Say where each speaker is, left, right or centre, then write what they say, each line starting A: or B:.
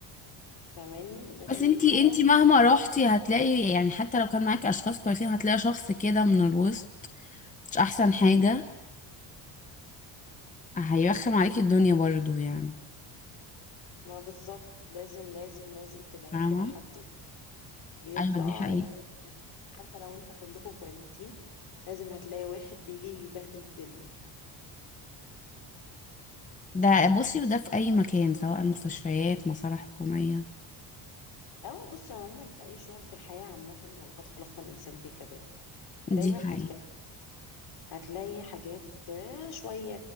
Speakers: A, on the left (about 60°); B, on the left (about 15°).
A: فاهماني لكن
B: بس انتي
A: الحياة
B: انتي مهما روحتي هتلاقي يعني حتى لو كان معاكي اشخاص كويسين هتلاقي شخص كده من الوسط مش احسن حاجة هيرخم عليكي الدنيا برضو يعني
A: ما بالظبط لازم لازم لازم تلاقي
B: فاهمة
A: كده حد بيطلع
B: ايوه دي حقيقة
A: الب- حتى لو انت كلكم كويسين لازم هتلاقي واحد بيجي يبهدل الدنيا
B: ده بصي وده في اي مكان سواء المستشفيات مصالح حكومية
A: او بص عموما في اي شغل في الحياة عامة ولقد خلقنا الانسان في كبد دايما
B: دي حقيقة
A: هتلاقي هتلاقي حاجات آه، شوية